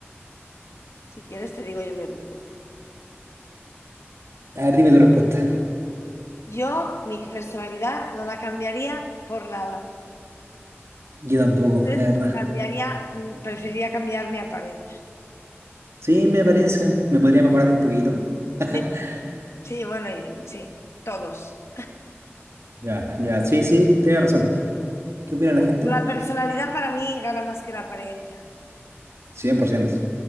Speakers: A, on the left (about 90°); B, on the right (about 85°).
A: si quieres te digo yo mi respuesta.
B: A ver, dime tu respuesta.
A: Yo mi personalidad no la cambiaría por nada.
B: Yo tampoco,
A: Entonces
B: la verdad.
A: cambiaría, mm, preferiría cambiar mi apariencia.
B: Sí, me parece. Me podría mejorar un poquito. <laughs>
A: Sí, sí, bueno, y- sí, todos.
B: Ya, ya. Sí, sí, tienes razón. ¿Qué opina la gente?
A: La personalidad para mí gana más que la apariencia.
B: 100%.